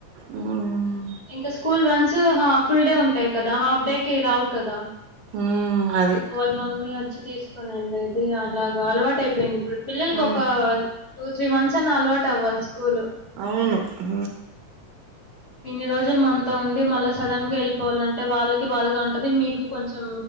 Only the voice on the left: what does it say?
ఇంకా school one so full day ఉంటాయి కదా హాఫ్ డే కి రావు కదా
వాళ్ళ మమ్మీ వచ్చి తీసుకొని వెళ్లేది అలాగా అలవాటు అయిపోయింది ఇప్పుడు పిల్లలకి
ఒక టూ త్రీ మంత్స్ అన్నా అలవాటు అవ్వాలి స్కూల్
ఇన్ని రోజులు మనతో ఉండి మళ్ళా సడన్గా వెళ్ళిపోవాలంటే వాళ్ళకి బాధగా ఉంటాది మీకు కొంచెం